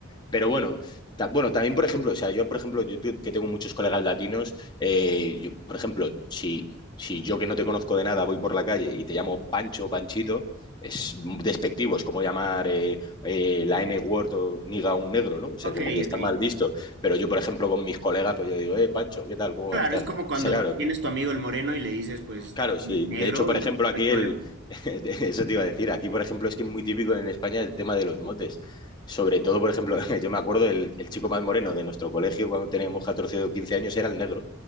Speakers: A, on the left (about 20°); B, on the right (about 60°).
A: Pero bueno, ta- bueno, también, por ejemplo, o sea, yo, por ejemplo, yo tu- que tengo muchos colegas latinos, eh, yo, por ejemplo, si, si yo que no te conozco de nada voy por la calle y te llamo Pancho o Panchito, es despectivo, es como llamar eh, eh, la N-word o niga a un negro, ¿no? O sea,
B: Ok,
A: como que está
B: ok.
A: mal visto. Pero yo, por ejemplo, con mis colegas, pues yo digo, eh, Pancho, ¿qué tal? ¿Cómo
B: Claro,
A: vas? Tal.
B: es como
A: O
B: cuando
A: sea, claro,
B: tienes tu amigo el moreno y le dices, pues,
A: Claro,
B: ne-
A: sí.
B: negro
A: De hecho, por
B: y
A: ejemplo,
B: no
A: aquí
B: hay problema.
A: el,
B: <laughs>
A: <laughs> eso te iba a decir, aquí, por ejemplo, es que es muy típico en España el tema de los motes. Sobre todo, por ejemplo, <laughs> yo me acuerdo el, el chico más moreno de nuestro colegio cuando teníamos 14 o 15 años era el negro.